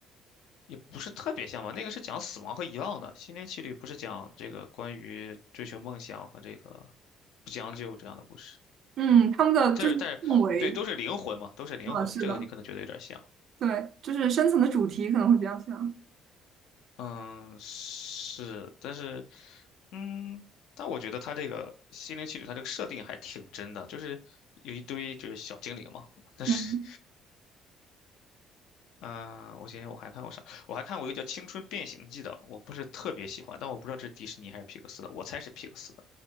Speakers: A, on the left (about 75°); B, on the right (about 45°).
A: 也不是特别像吧。那个是讲死亡和遗忘的，《心灵奇旅》不是讲这个关于追求梦想和这个不将就这样的故事。
B: 嗯，他们的就是氛围，
A: 但是但是，对，都是灵魂嘛，都是灵魂，
B: 啊，是的，
A: 这个你可能觉得有点像。
B: 对，就是深层的主题可能会比较像。
A: 嗯，是，但是，嗯，但我觉得它这个心灵奇旅，它这个设定还挺真的，就是有一堆就是小精灵嘛。<laughs> 但是，
B: 嗯，
A: 嗯、我想想我还看过啥？我还看过一个叫《青春变形记》的，我不是特别喜欢，但我不知道这是迪士尼还是皮克斯的，我猜是皮克斯的。